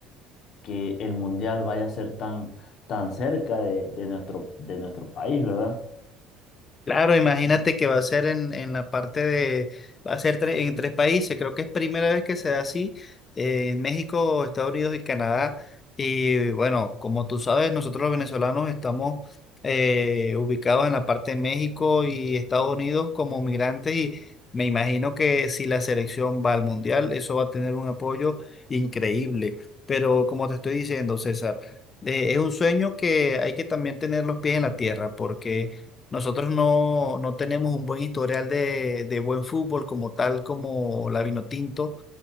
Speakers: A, on the left; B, on the left.
A: que el mundial vaya a ser tan, tan cerca de, de nuestro, de nuestro país, ¿verdad?
B: Claro, imagínate que va a ser en, en la parte de, va a ser tre- en tres países, creo que es primera vez que se da así, eh, en México, Estados Unidos y Canadá. Y bueno, como tú sabes, nosotros los venezolanos estamos eh, ubicados en la parte de México y Estados Unidos como migrantes y me imagino que si la selección va al mundial, eso va a tener un apoyo increíble. Pero como te estoy diciendo, César, eh, es un sueño que hay que también tener los pies en la tierra porque... Nosotros no, no tenemos un buen historial de, de buen fútbol como tal, como la Vinotinto.